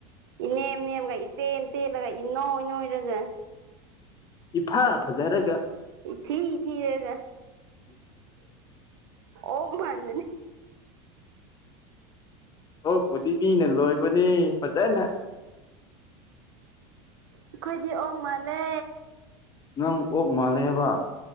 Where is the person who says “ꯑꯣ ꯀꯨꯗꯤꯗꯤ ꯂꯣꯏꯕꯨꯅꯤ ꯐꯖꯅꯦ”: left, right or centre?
Left